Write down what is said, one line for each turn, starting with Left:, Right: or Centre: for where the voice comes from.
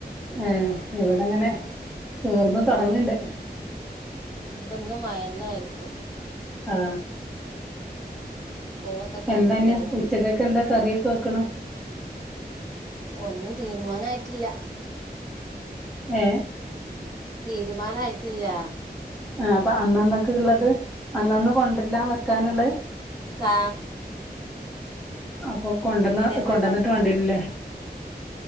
Centre: ഏഹ് എവിടെങ്ങനെ തോർന്ന് തൊടങ്ങ്ണ്ട്
Left: ഇപ്പന്ന് മയന്ന ആയിരിക്കും
Centre: ആ
Left: സ്കൂളൊക്കെ തുറക്കല്ല
Centre: എന്തന്ന് ഉച്ചക്കക്ക് എന്താ കറി തക്കണം
Left: ഒന്നും തീരുമാനയിട്ടില്ല
Centre: ഏ
Left: തീരുമാനയിട്ടില്ല
Centre: ആ അപ്പൊ അന്നന്നൊക്കെ ഉള്ളത് അന്നന്ന കൊണ്ടരലാ വെക്കാനുള്ള
Left: ആ
Centre: ആ അപ്പൊക്കൊണ്ടന്ന
Left: വീടേ പോയി
Centre: കൊണ്ടന്നട്ട്
Left: കൊണ്ടുവന്ന
Centre: വേണ്ടീരൂലേ